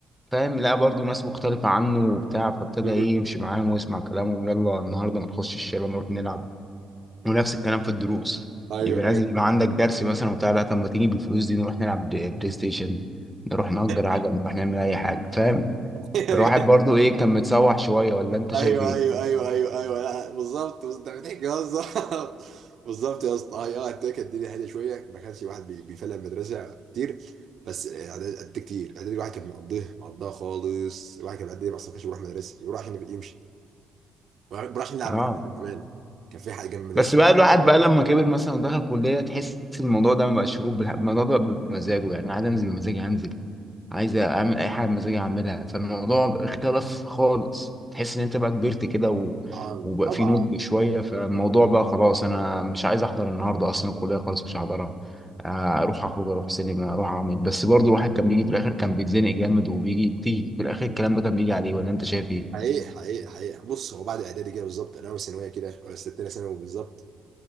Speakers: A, in the centre; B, on the right.
A: فاهم لا برضو ناس مختلفة عنه وبتاع فابتدى
B: مم.
A: ايه يمشي معاهم ويسمع كلامهم يلا النهاردة ما نخش الشارع نروح نلعب ونفس الكلام في الدروس
B: ايوه
A: يبقى لازم
B: ايوه
A: يبقى عندك درس مثلا وبتاع لا طب ما تيجي بالفلوس دي نروح نلعب بلاي بلاي ستيشن نروح نأجر
B: <laughs>
A: عجل نروح نعمل أي حاجة فاهم
B: ايوه
A: الواحد برضو ايه كان متسوح شوية ولا انت
B: ايوه
A: شايف ايه؟
B: ايوه ايوه ايوه ايوه لا بالظبط بس انت بتحكي بالظبط <laughs> بالظبط يا اسطى هي اه اديك الدنيا هاديه شويه ما كانش واحد بي- بيفلق من المدرسه كتير بس اعدادي قد كتير اعدادي الواحد كان مقضيه مقضاه خالص الواحد كان بيعدي اصلا ما كانش بيروح مدرسه بيروح عشان يمشي بيروح عشان يلعب
A: اه
B: بامانه كان في حاجه جنب المدرسه
A: بس بقى الواحد بقى لما كبر مثلا ودخل كلية تحس الموضوع ده ما بقاش شروط بالح- الموضوع ده بمزاجه يعني أنا عايز انزل بمزاجي هنزل عايز اعمل اي حاجه بمزاجي اعملها فالموضوع اختلف خالص تحس ان انت بقى كبرت كده و...
B: طبعا
A: وبقى
B: طبعا
A: في نضج شويه فالموضوع بقى خلاص انا مش عايز احضر النهارده اصلا الكليه خالص مش هحضرها آه، اروح اخرج اروح سينما اروح اعمل بس برضو الواحد كان بيجي في الاخر كان بيتزنق جامد وبيجي تيجي في الاخر الكلام ده كان بيجي عليه ولا انت شايف ايه؟
B: حقيقي حقيقي حقيقي بص هو بعد اعدادي كده بالظبط انا اول ثانويه كده ولا ستة ثانوي بالظبط